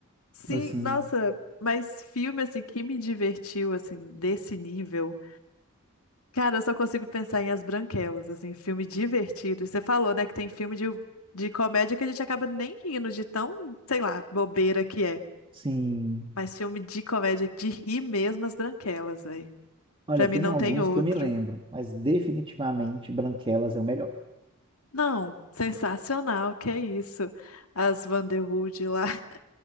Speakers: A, on the left (about 85°); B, on the right (about 25°).
A: Sim,
B: Assim,
A: nossa, mas filme assim que me divertiu assim desse nível. Cara, eu só consigo pensar em As Branquelas, assim, filme divertido. E Você falou, né, que tem filme de, de comédia que a gente acaba nem rindo de tão, sei lá, bobeira que é.
B: sim.
A: Mas filme de comédia de rir mesmo, As Branquelas, velho.
B: Olha,
A: Pra mim
B: tem
A: não
B: alguns
A: tem outro.
B: que eu me lembro, mas definitivamente Branquelas é o melhor.
A: Não, sensacional, que é isso. As Vanderwood lá. <laughs>